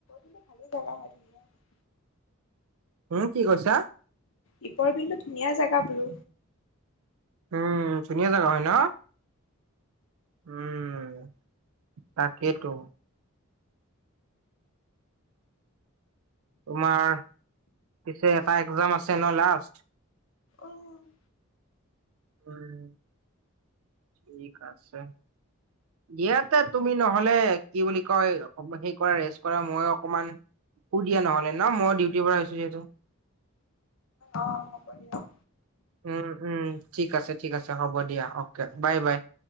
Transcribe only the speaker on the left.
গৈ ভালে জেগা হয় ধুনীয়া হয়।
দীপৰ বিলো ধুনীয়া জেগাবোৰো।
অ'।
অ' হ'ব দিয়ক।